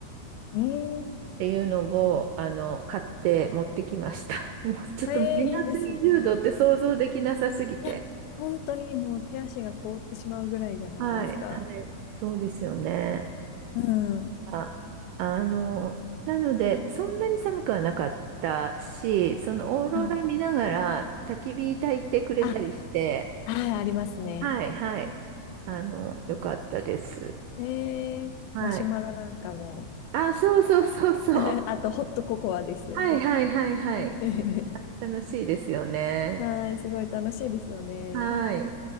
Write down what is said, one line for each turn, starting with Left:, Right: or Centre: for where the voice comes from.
Left: うーん。
Right: っていうのを、あの、買って持ってきました。<laughs> もうちょっとマイナス20度って想像できなさすぎて。
Left: ええいいですね。いや、本当にもう手足が凍ってしまうぐらいじゃないですか。
Right: はい、はい、そうですよね。
Left: うん。
Right: あ、あの、なので、そんなに寒くはなかったし、そのオーロラ見ながら焚き火焚いてくれたりして、
Left: うん。あ、はい、ありますね。
Right: はい、はい、あの、よかったです。
Left: ええマシュマロなんかも。
Right: はい。あ、そうそうそうそう。
Left: <laughs> あと、ホットココアですよね。
Right: はい、はい、はい、はい。
Left: <laughs>
Right: あ楽しいですよね。
Left: はい、すごい楽しいですよね。
Right: はい。